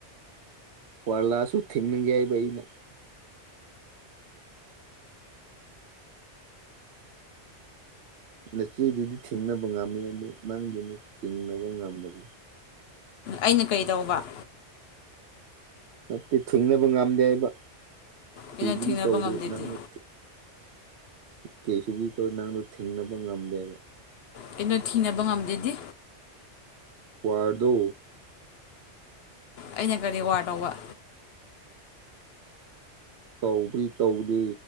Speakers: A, on the right; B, on the left.
A: ꯋꯥꯔꯂꯁꯨ ꯊꯦꯡꯅꯒꯦ ꯍꯥꯏꯕꯩꯩꯅꯪ ꯅꯆꯦꯗꯨꯗꯤ ꯊꯤꯡꯅꯕ ꯉꯝꯃꯤ ꯑꯗꯨ ꯅꯪꯗꯨꯅꯤ ꯊꯤꯡꯅꯕ ꯉꯝꯗꯅꯤ
B: ꯑꯩꯅ ꯀꯩꯗꯧꯕ
A: ꯅꯠꯇꯦ ꯊꯦꯡꯅꯕ ꯉꯝꯗꯦ ꯍꯥꯏꯕ
B: ꯑꯩꯅ
A: ꯍꯤꯕꯨꯗꯤ
B: ꯊꯦꯡꯅꯕ
A: ꯇꯧꯗꯦ
B: ꯉꯝꯗꯦꯗꯤ
A: ꯅꯪꯅ ꯀꯩꯁꯨ ꯊꯣꯛ ꯅꯅꯥꯪꯅ ꯊꯤꯤꯡꯅ ꯄ ꯉꯝꯗꯦ
B: ꯀꯩꯅꯣ ꯊꯤꯅꯕ ꯉꯝꯗꯦꯗꯤ
A: ꯀ꯭ꯋꯥꯔꯗꯣ
B: ꯑꯩꯅ ꯀꯔꯤ ꯋꯥꯔ ꯇꯧꯕ
A: ꯇꯧꯕ꯭ꯔꯤ ꯇꯧꯗ꯭ꯔꯤ